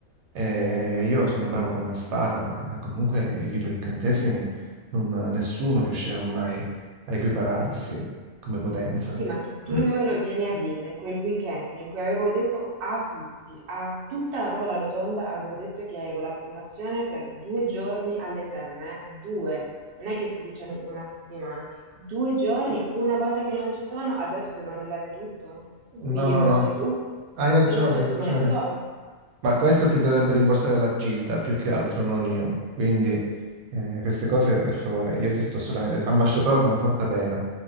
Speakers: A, on the right; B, on the right.
A: Eh, io sono bravo con la spada, ma comunque i tuoi incantesimi non- nessuno riuscirà mai a equipararsi come potenza.
B: Sì, ma che tu
A: <clears throat>
B: me lo vieni a dire quel weekend in cui avevo detto a tutti, a tutta la tavola rotonda, avevo detto che avevo la prenotazione per due giorni alle terme, eh, due, non è che sto dicendo una settimana, due giorni, una volta che non ci sono, adesso devo annullare tutto?
A: No,
B: Mi rimborsi
A: no, no,
B: tu?
A: hai ragione,
B: Sono 100
A: hai ragione.
B: monete d'oro.
A: Ma questo ti dovrebbe
B: Eh
A: rimborsare la Gilda più che altro, non io. Quindi eh, queste cose, per favore, io ti sto solamente... Ambasciatore non porta pena,